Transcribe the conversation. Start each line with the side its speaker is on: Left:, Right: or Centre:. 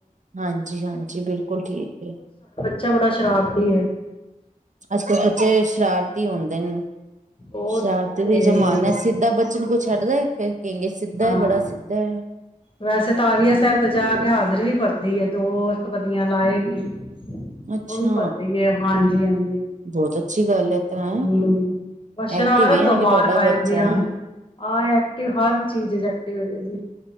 Right: ਹਾਂਜੀ ਹਾਂਜੀ ਬਿਲਕੁਲ ਠੀਕ ਹੈ
Left: ਚ ਬੜਾ ਸ਼ਰਾਰਤੀ ਹੈ
Right: ਅੱਜ ਕੱਲ ਬੱਚੇ ਸ਼ਰਾਰਤ ਹੁੰਦੇ ਨੇ
Left: ਉਹ
Right: ਸ਼ਰਾਰਤੀ
Left: ਤੇ
Right: ਦੀ ਜ਼ਮਾਨਾ ਸਿੱਧਾ ਬੱਚੇ ਨੂੰ ਕੋਈ ਛੱਡਦਾ ਹੈ ਫੇਰ ਕਹਗੇ ਸਿੱਧਾ
Left: ਹਾਂ
Right: ਹੈ ਬੜਾ ਸਿੱਧਾ ਹੈ
Left: ਵੈਸੇ ਤਵੀਆ ਸਾਹਿਬ ਤੇ ਜਾ ਕੇ ਹਾਜ਼ਰੀ ਵੀ ਪਰਦੀ ਹੈ ਦੋ ਪੱਤੀਆਂ ਲਾਏ ਹੀ
Right: ਅੱਛਾ
Left: ਉਹ ਵੀ ਭਰਦੀ ਹੈ ਹਾਂਜੀ ਹਾਂਜੀ
Right: ਬਹੁਤ ਅੱਛੀ ਗੱਲ ਹੈ ਤਾਂ
Left: ਹਮ ਸ਼ਰਾਰਤ
Right: ਐਕਟਿਵ ਹੈ ਯਾਨੀ
Left: ਤੋਂ ਮਾਰ
Right: ਕਿ ਤੁਹਾਡਾ
Left: ਖਾ
Right: ਬੱਚਾ
Left: ਜਾਂਦੀ ਆ ਆਹ ਐਕਟਿਵ ਹਰ ਚੀਜ਼ ਐਕਟਿਵ ਜੀ